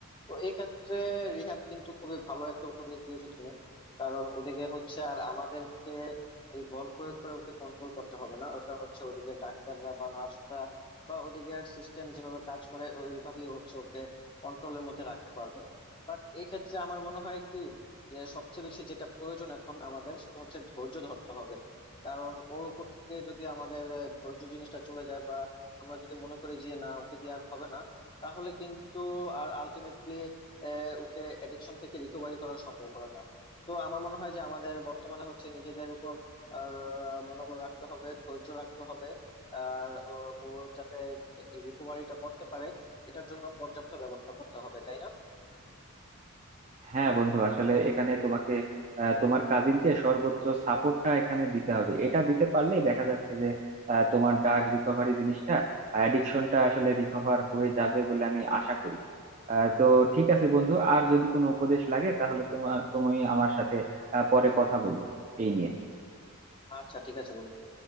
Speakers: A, on the left; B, on the right.
A: তো এই ক্ষেত্রে রিহ্যাব কিন্তু খুবই ভালো একটা উপদেশ দিয়েছো তুমি কারণ ওদিকে হচ্ছে আর আমাদেরকে ওই বল প্রয়োগ করে ওকে কন্ট্রোল করতে হবে না ওটা হচ্ছে ওদিকে ডাক্তাররা বা নার্সরা বা ওদিকের সিস্টেম যেভাবে কাজ করে ওইভাবেই হচ্ছে ওকে কন্ট্রোলের মধ্যে রাখতে পারবে বাট এই ক্ষেত্রে আমার মনে হয় কি যে সবচেয়ে বেশি যেটা প্রয়োজন এখন আমাদের সেটা হচ্ছে ধৈর্য ধরতে হবে কারণ ওর উপর থেকে যদি আমাদের আহ, ধৈর্য জিনিসটা চলে যায় বা আমরা যদি মনে করি যে না ওকে দিয়ে আর হবে না তাহলে কিন্তু আর আলটিমেটলি ওকে এডিকশন থেকে রিকভারি করা সম্ভব হবে না তো আমার মনে হয় যে আমাদের বর্তমানে হচ্ছে নিজেদের উপর আর মনোবল রাখতে হবে ধৈর্য রাখতে হবে আর ও ও যাতে রিকভারিটা করতে পারে এটার জন্য পর্যাপ্ত ব্যবস্থা করতে হবে তাই না
B: হ্যাঁ বন্ধু আসলে এখানে তোমাকে আহ, তোমার কাজিনকে সর্বোচ্চ সাপোর্টটা এখানে দিতে হবে এটা দিতে পারলেই দেখা যাচ্ছে যে আহ, তোমার ড্রাগ রিকভারি জিনিসটা অ্যাডিকশনটা আসলে রিকভার হয়ে যাবে বলে আমি আশা করি আহ, তো ঠিক আছে বন্ধু আর যদি কোনো উপদেশ লাগে তাহলে তোমার তুমি আমার সাথে আহ, পরে কথা বলো এই নিয়ে
A: আচ্ছা ঠিক আছে বন্ধু